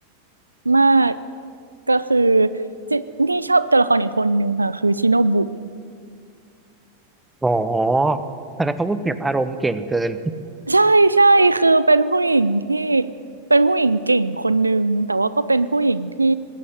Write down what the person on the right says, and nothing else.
มากก็คือจินี่ชอบตัวละครอีกคนหนึ่งค่ะ คือชิโนบุ
ใช่ใช่คือเป็นผู้หญิงที่เป็นผู้หญิงเก่งคนนึงแต่ว่าก็เป็นผู้หญิงที่